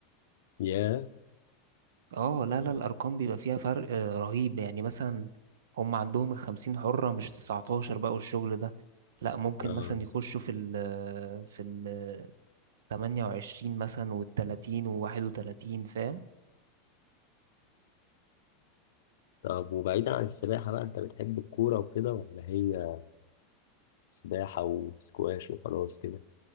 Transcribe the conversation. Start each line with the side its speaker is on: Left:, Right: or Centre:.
Left: يا
Right: اه لا لا الأرقام بيبقى فيها فرق آه، رهيب يعني مثلا هم عندهم الخمسين حرة مش تسعتاشر بقى والشغل ده لا ممكن
Left: آه.
Right: مثلا يخشوا في ال في ال 28 مثلا والتلاتين وواحد وتلاتين فاهم
Left: طب وبعيدا عن السباحة بقى انت بتحب الكورة وكده ولا هي سباحة وسكواش وخلاص كده